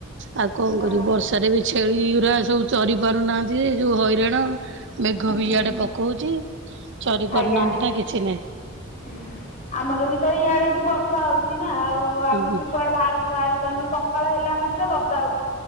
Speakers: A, on the right (about 55°); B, on the left (about 35°).
A: ଆଉ କଣଁ
B: ହଁ
A: କରିବୁ ବର୍ଷାରେ ବି ଛେଳି ଗୁରା ସବୁ ଚରି ପାରୁନାହାନ୍ତି ଯେ ଯୋଉ ହଇରାଣ। ମେଘ ବି
B: ହୁଁ
A: ଇଆଡେ ପକୋଉଚି। ଚରି ପାରୁନାହାନ୍ତି
B: ଆଜ୍ଞା।
A: ନା କିଛି ନାଇଁ।
B: ହୁଁ ଆମର ବି ତ ଇଆଡେ ବି ବର୍ଷା ହଉଚି ନା ଆଉ ଆମେ
A: ହୁଁ ହୁଁ
B: ବି କୁଆଡେ ବାହାରକୁ ବାହାରି ପାରୁନୁ ସ କାଳ ହେଲା ମାତ୍ରେ ବର୍ଷା ହଉଚି।